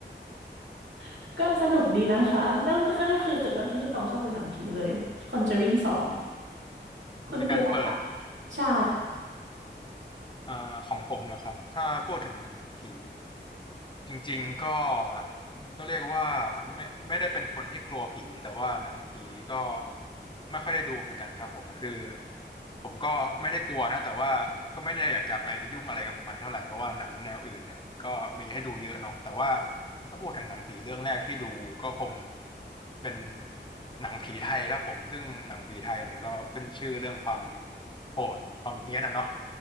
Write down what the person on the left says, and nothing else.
ในการเปิด
อ่าของผมเหรอครับถ้าพูดถึงหนังผีจริงๆก็ก็เรียกว่าไม่ไม่ได้เป็นคนที่กลัวผีแต่ว่าหนังผีก็ไม่ค่อยได้ดูเหมือนกันครับผมคือผมก็ไม่ได้กลัวนะแต่ว่าก็ไม่ได้อยากจะไปยุ่งอะไรกับมันเท่าไหร่เพราะว่าหนังแนวอื่นเนี่ยมันก็มีให้ดูเยอะเนาะแต่ว่าถ้าพูดถึงหนังผีเรื่องแรกที่ดูก็คงเป็นหนังผีไทยครับผมซึ่งหนังผีไทยเนี่ยก็ขึ้นชื่อเรื่องความโหดความเฮี้ยนอะเนาะ